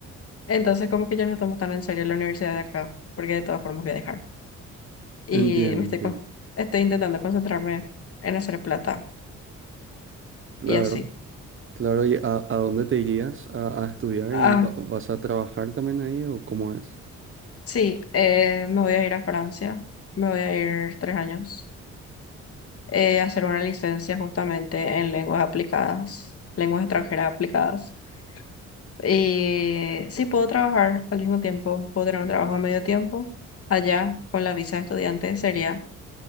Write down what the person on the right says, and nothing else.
entiendo,
entiendo.
Claro.
Claro, ¿y a, a dónde te irías a, a estudiar
y va- vas a trabajar también ahí o cómo es?